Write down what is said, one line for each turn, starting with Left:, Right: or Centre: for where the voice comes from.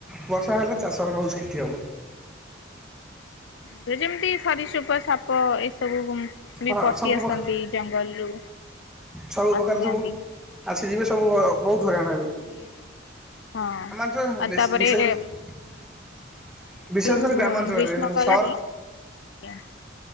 Centre: ବର୍ଷା ହେଲେ ଚାଷର ବହୁତ କ୍ଷତି ହବ।
Left: ହଁ ଯେ ଯେମିତି ଶରୀସୃପ ସାପ ଏସବୁ ବି
Centre: ହଁ
Left: ପଶି
Centre: ସବୁ
Left: ଆସନ୍ତି
Centre: ପ୍ର
Left: ଜଙ୍ଗଲରୁୁ।
Centre: ସବୁ
Left: ଆସିଯାଆନ୍ତି।
Centre: ପକାର ସବୁ ଆସିଯିବେ ସବୁ ବହୁତ
Left: ହଁ
Centre: ହଇରାଣ
Left: ସିଏ ହଁ।।
Centre: ଜୋ ହ
Left: ଆଉ
Centre: ବେଶୀ
Left: ତାପରେ
Centre: ବେଶୀ ବିଶେଷ କରି ବିଶେଷ
Left: ଯୋଉ
Centre: କରି ଗ୍ରାମାଞ୍ଚଳରେ
Left: ଗ୍ରୀଷ୍ମ କାଳରେ
Centre: ସହର
Left: ଆଜ୍ଞା